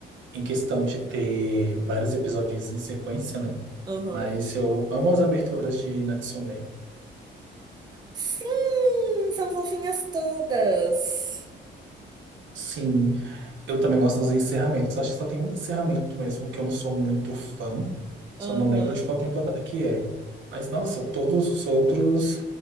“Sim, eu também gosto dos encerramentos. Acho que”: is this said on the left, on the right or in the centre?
Right